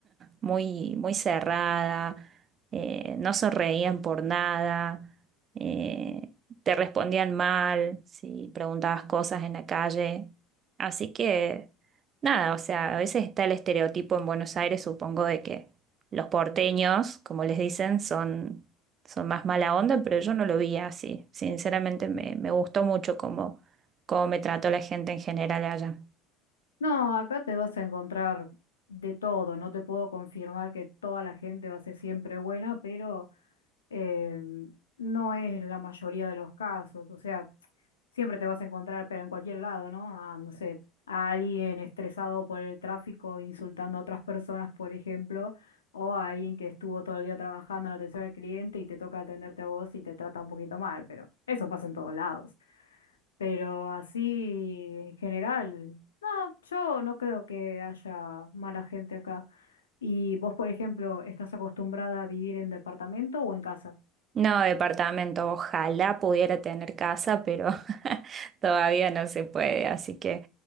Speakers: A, on the right; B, on the left.
A: muy, muy cerrada, eh, no sonreían por nada, eh, te respondían mal si preguntabas cosas en la calle. Así que, nada, o sea, a veces está el estereotipo en Buenos Aires, supongo, de que los porteños, como les dicen, son, son más mala onda, pero yo no lo vi así. Sinceramente, me, me gustó mucho cómo, cómo me trató la gente en general allá.
B: No, acá te vas a encontrar de todo. No te puedo confirmar que toda la gente va a ser siempre buena, pero em, no es la mayoría de los casos, o sea, siempre te vas a encontrar, pero en cualquier lado, ¿no? A, no sé, a alguien estresado por el tráfico insultando a otras personas, por ejemplo, o a alguien que estuvo todo el día trabajando en la atención al cliente y te toca atenderte a vos y te trata un poquito mal, pero eso pasa en todos lados. Pero así, en general, no, yo no creo que haya mala gente acá. ¿Y vos, por ejemplo, estás acostumbrada a vivir en departamento o en casa?
A: No, departamento. Ojalá pudiera tener casa, pero <laughs> todavía no se puede. Así que